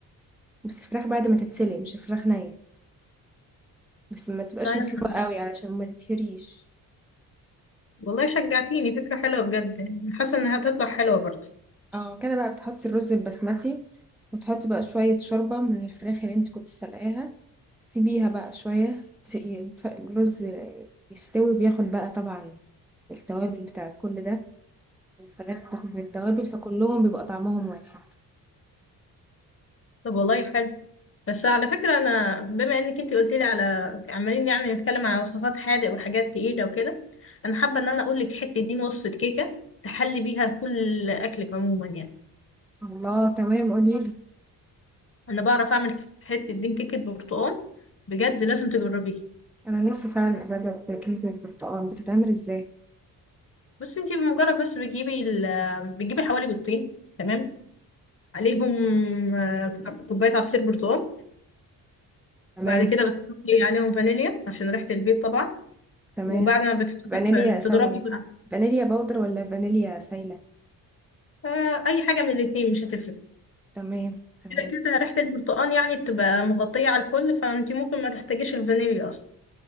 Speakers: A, in the centre; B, on the left.
A: بس الفراخ بعد ما تتسلق مش الفراخ نية بس ما تبقاش
B: والله
A: مسلوقة
B: يح-
A: قوي علشان ما تتهريش
B: والله شجعتيني فكرة حلوة بجد يعني حاسة انها هتطلع حلوة برضه
A: اه كده بقى بتحطي الرز البسمتي وتحطي بقى شوية شوربة من الفراخ اللي انت كنت سلقاها سيبيها بقى شوية ت- ف- الرز يستوي بياخد بقى طبعا التوابل بتاعت كل ده الفراخ بتاخد من التوابل فكلهم بيبقى طعمهم واحد
B: طب والله حلو بس على فكرة انا بما انك انتي قلتي لي على عمالين يعني نتكلم على وصفات حادق وحاجات تقيلة وكده انا حابة ان انا اقول لك حتة دين وصفة كيكة تحلي بيها كل اكلك عموما يعني
A: الله تمام قوليلي
B: انا بعرف اعمل حتة دين كيكة برتقال بجد لازم تجربيها
A: انا نفسي فعلا اجرب كيكة البرتقال بتتعمل ازاي
B: بس انتي بمجرد بس بتجيبي ال بتجيبي حوالي بيضتين تمام عليهم آه، كوباية عصير برتقال
A: تمام
B: بعد كده بتحطي عليهم فانيليا عشان ريحة البيض طبعا
A: تمام
B: وبعد ما بتحطي
A: فانيليا
B: بتضربي
A: ثواني
B: بقى
A: فانيليا باودر ولا فانيليا سايلة
B: آه، أي حاجة من الاتنين مش هتفرق
A: تمام تمام
B: كده كده ريحة البرتقال يعني بتبقى مغطية على الكل فانتي ممكن ما تحتاجيش الفانيليا أصلا